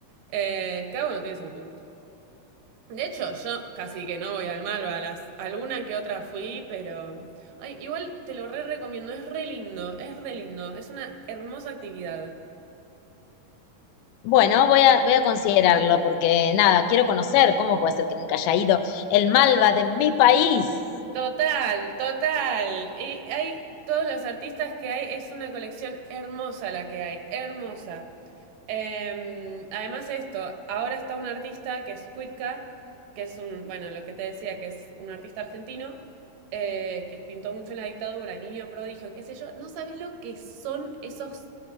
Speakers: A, on the right; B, on the left.
A: Eh, cada uno tiene sus gustos. De hecho, yo casi que no voy al Malva, a las, alguna que otra fui, pero... Ay, igual te lo re recomiendo, es re lindo, es re lindo, es una hermosa actividad.
B: Bueno, voy a, voy a considerarlo porque nada, quiero conocer cómo puede ser que nunca haya ido el Malva de mi país.
A: Total, total. Y hay todos los artistas que hay, es una colección hermosa la que hay, hermosa. Em, además esto, ahora está un artista que es Cuitca, que es un, bueno, lo que te decía, que es un artista argentino, eh, que pintó mucho en la dictadura, niño prodigio, qué sé yo, no sabes lo que son esos,